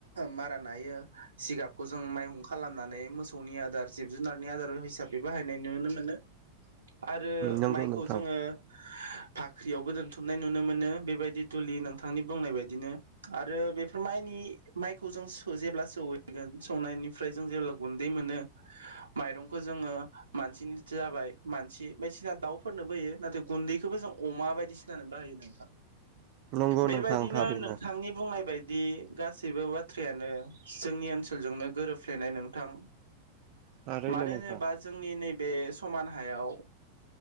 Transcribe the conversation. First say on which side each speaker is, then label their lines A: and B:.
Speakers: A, on the right; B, on the right.
A: मारा नायो सिगाबखौ जों माइहुं खालामनानै मोसौनि आदार जिब जुनारनि आदार हिसाबै बाहाय नाय नुनो मोनो आरो
B: नंगौ
A: माइखौ
B: नोंथां
A: जोंङो फाख्रियावबो दोनथुमनाय नुनो मोनो बेबायदि दुलि नोंथांनि बुंनाय बायदिनो आरो बेफोर माइनि माइखौ जों जेब्ला सहैगोन सौनायनिफ्राय जों जेब्ला गुन्दै मोनो माइरंखौ जोंङो मानसिनिथो जाबाय मानसि बायदिसिना दाउ फोरनो बोयो नाथाय गुन्दैखौबो जों अमा बायदिसिानो बाहायो नोंथां
B: नंगौ
A: बेबायदिनो
B: नोंथां थारैनो
A: नोंथांनि बुंनाय बाय बि गासैबो बाथ्रायानो जोंनि ओनसोलजोंनो गोरोबफ्लेनाय नोंथां
B: थारैनो
A: मानो
B: नोंथां
A: होनोबा जोंनि नैबे समान हायाव